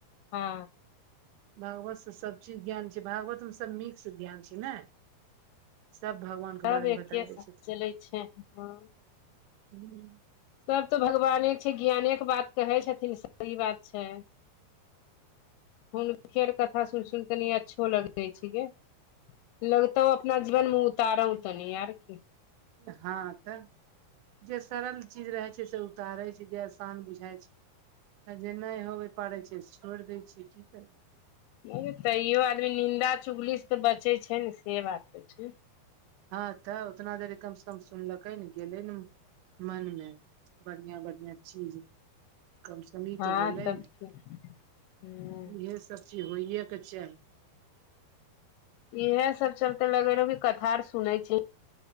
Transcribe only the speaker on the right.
भागवत से सब चीज ज्ञान छै भागवतमे सब मिक्स ज्ञान छै ने सब भगवानके
बारेमे
बता दै
छथिन
ह्म
हँ तऽ जे सरल चीज रहे छै से उतारे छै जे आसान बुझाय छै तऽ जे नहि होबे पड़ै छै से छोड़ दै छियै की करबै
हँ तऽ उतना देरी कम से कम सुनलकै ने गेले ने मन मे बढ़िया बढिया चीज कम से कम ई
तऽ होलै
ने
इहे सब चीज होइएके चाही